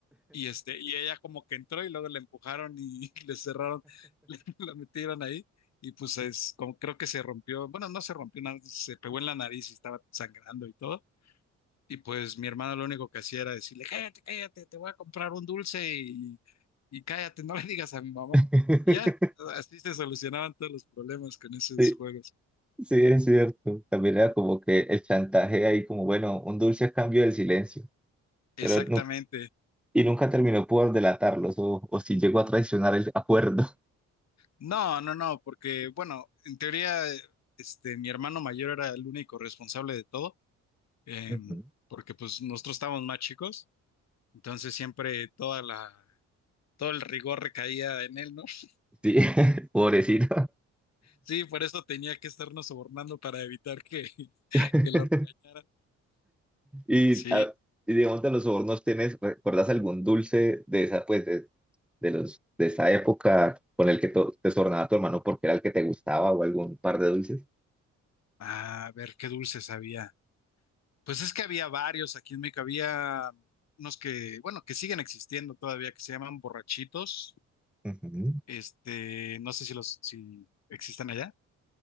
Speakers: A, on the left; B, in the centre.
A: y este, y ella como que entró y luego le empujaron y <laughs> le cerraron, le- la metieron ahí y pues es como creo que se rompió, bueno, no se rompió nada, se pegó en la nariz y estaba sangrando y todo. Y pues mi hermano lo único que hacía era decirle, cállate, cállate, te voy a comprar un dulce y, y cállate, no le digas a mi mamá.
B: <laughs>
A: Y ya, así se solucionaban todos los problemas con esos
B: Sí,
A: juegos.
B: sí, es cierto. También era como que el chantaje ahí, como bueno, un dulce a cambio del silencio,
A: Exactamente.
B: pero nu- y nunca terminó por delatarlos o, o si llegó a traicionar el acuerdo.
A: No, no, no, porque bueno, en teoría, eh, este, mi hermano mayor era el único responsable de todo, em,
B: Ujú.
A: porque pues nosotros estábamos más chicos, entonces siempre toda la, todo el rigor recaía en él, ¿no? <laughs>
B: Sí, <laughs> pobrecito.
A: Sí, por eso tenía que estarnos sobornando para evitar que, <laughs>
B: <laughs>
A: que lo regañaran.
B: Y,
A: Sí,
B: a- y digamos de los sobornos, ¿tienes, recuerdas algún dulce de esa, pues, de, de los, de esa época con el que to- te sobornaba tu hermano porque era el que te gustaba o algún par de dulces?
A: ah, a ver qué dulces había. Pues es que había varios aquí en México, había unos que, bueno, que siguen existiendo todavía, que se llaman borrachitos,
B: Ujú.
A: este, no sé si los, si existen allá.